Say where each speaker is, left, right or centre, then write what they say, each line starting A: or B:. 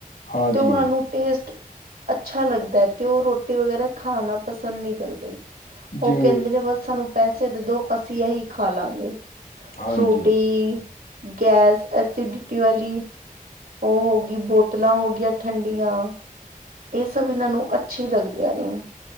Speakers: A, on the left; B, on the right.
A: ਹਾਂਜੀ,
B: ਤੇ ਉਹਨਾਂ ਨੂੰ ਟੇਸਟ ਅੱਛਾ ਲੱਗਦਾ ਹੈ ਤੇ ਉਹ ਰੋਟੀ ਵਗੈਰਾ ਖਾਣਾ ਪਸੰਦ ਨਹੀਂੀ ਕਰਦੇ ਉਹ
A: ਜੀ
B: ਕਹਿੰਦੇ ਨੇ ਬਸ ਸਾਨੂੰ ਪੈਸੇ ਦੇਦੋ ਅਸੀਂ ਇਹੀ ਖਾ ਲਾਂਗੇ
A: ਹਾਂਜੀ।
B: ਫਰੂਟੀ ਗੈਸ ਐਸੀਿਡਿਟੀ ਵਾਲੀ ਉਹ ਹੋ ਗਈ ਬੋਤਲਾਂ ਹੋਗਆਂ ਠੰਡੀਆਂ ਇਹ ਸਭ ਇਹਨਾਂ ਨੂੰ ਅੱਛੀ ਲੱਗਦੀਆਂ ਨੇ